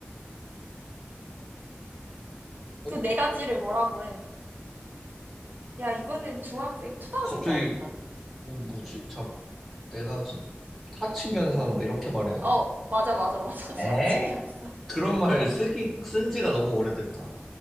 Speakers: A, in the centre; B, on the right (about 45°).
A: 어?
B: 그 네 가지를 뭐라고 해? 야, 이거는 중학생, 초등학생도
A: 갑자기
B: 알겠다.
A: 뭐 뭐지? 잠 네 가지. 사칭 연산 뭐 이렇게 말해야
B: 어, 맞아, 맞아, 맞아. <laughs> 자칙
A: 돼. 에?
B: 연산.
A: 그런 말 쓰기, 쓴 지가 너무 오래됐다.